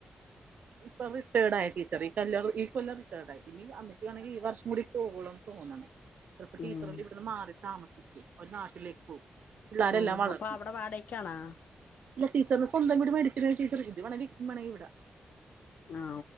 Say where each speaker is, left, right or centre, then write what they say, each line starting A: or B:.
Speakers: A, on the right; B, on the left.
A: ഇപ്പൊ റിട്ടേഡ് ആയ ടീച്ചർ ഈ കല്യാണം കഴി ഇകൊല്ലം റിട്ടേർഡ ആയി ഇനി അമ്മക്ക് വേണെങ്കിൽ ഈ വർഷം കൂടി പോകണം തോണ് ചിലപ്പോ ടീച്ചർ
B: ഉം
A: എന്താ ഇവിടുന്ന് മാറി താമസിക്കും അവര് നാട്ടിലേക്ക് പോവും പിള്ളാര്
B: ഓ
A: എല്ലാം വളർന്ന്
B: അപ്പൊ അവിടെ വാടകക്കാണാ
A: ഇല്ലടീച്ചറിന സ്വന്തം വിട് മേടിച്ചത് ടീച്ചർ ഇത് വളരെ ഇക് മണ ഇവിടെ
B: ആ